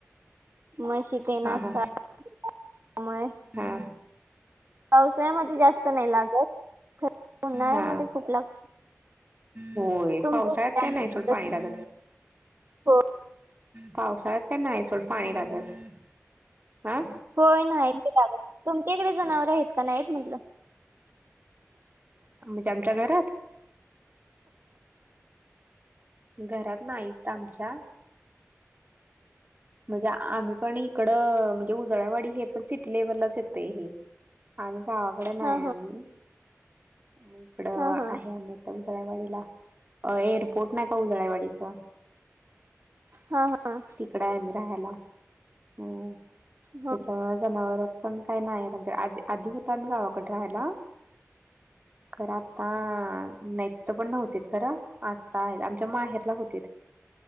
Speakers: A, on the right; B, on the right.
A: मशी ते
B: हा
A: असतात
B: हा
A: मुळे
B: हा
A: पावसाळ्यामध्ये जास्त नाही लागत उन्हाळ्यामध्ये
B: हा
A: खूप लागत
B: होय
A: तुमच
B: पावसाळ्यात काय नाही सोड
A: <unintelligible>
B: पाणी लागत
A: हो
B: पावसाळ्यात काय नाही सोड पाणी लागत हा
A: होय नाही लागत तुमच्या इकडे जनावर आहेत का नाही म्हटलं
B: म्हणजे आमच्या घरात? घरात नाहीत इथ आमच्या म्हणजे आम्ही पण इकड म्हणजे उजळाईवाडी हे पण सिटी लेव्हललाच येतय हे आम्ही गावाकडे नाही
A: हा
B: आम्ही
A: हा
B: मग इकडं
A: हा हा
B: आहे आम उजळ्यावाडीला, एअरपोर्ट नाही का उजळ्यावाडीचा
A: हा हा..
B: तिकडा आहे आम्ही राहायला अ
A: हा
B: त्याच्यामुळ जनावर पण काही नाही आ आ आधी होत गावाकडे राहायला खरं आता नाही तिथ पण नव्हते खरां आता आहेत आमच्या माहेरला होते